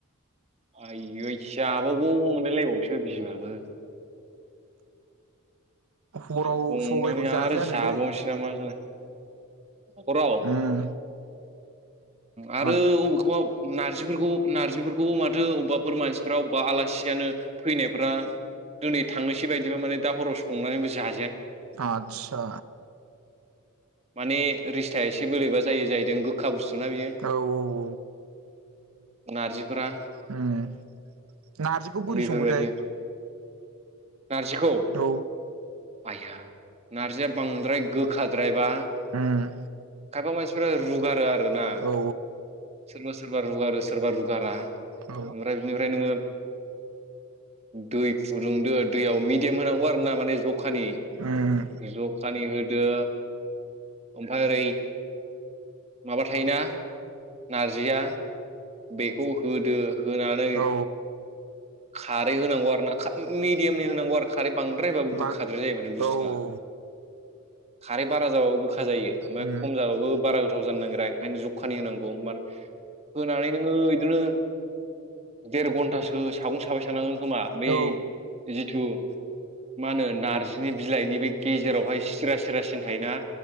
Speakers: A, on the right; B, on the right.
A: आयै जाबागौ मोनलायलायबावोसो बिमाबो
B: हराव
A: संनानै
B: सबायखौ जाजायानोलै
A: आरो जाबावनोसै नामा सान हराव
B: उम
A: आरो
B: मा
A: अबेखौबा नार्जिफोरखौ नार्जिफोरखौबो माथो अबाफोर मानसिफ्रा अबेबा आलासियानो फैनायफ्रा दिनै थांनोसै बायदिबा माने दा हराव संनानैबो जा
B: आतसा
A: माने रिस्टा एसे बोलोैबा जायो जाहैदों गोखा बुस्थुना बियो
B: औ औ
A: नारजिफोरा
B: उम नारजिखौ बोरै
A: बेफोरबायदि
B: सङोथाय
A: नारजिखौ
B: औ
A: आइया नारजिया बांद्राय गोखाद्रायबा
B: उम
A: खायफा मानसिफ्रा रुगारो आरो ना
B: औ
A: सोरबा सोरबा रुगारो सोरबा रुगारा
B: औ
A: ओमफ्राय बिनिफ्राय नोङो दै फुदुंदो दैयाव गेम होनांगौ आरो ना माने जखानि,
B: उम
A: जखानि होदो ओमफाय ओरै माबा थायोना नारजिया बेखौ होदो होनानै
B: औ
A: खारै होनांगौ आरो मिडियामनि होनांगौ आरो खारै बांद्रायबाबो
B: बा
A: गोखाद्राय जायो माने बुस्थुआ,
B: औ औ
A: खारै बारा जाबाबो खा जायो ओमफाय
B: उम
A: खम जाबाबो बारा गोथाव जानो नागेरा ओंखायनो जखानि होनांगौ नो देर घन्टासो सागं साबाय सानाङो खोमा, बै
B: औ
A: जिथु मा होनो नार्जिनि बिलाइनि बै गेजेरावहाय सिरा सिरा सिन थायोना।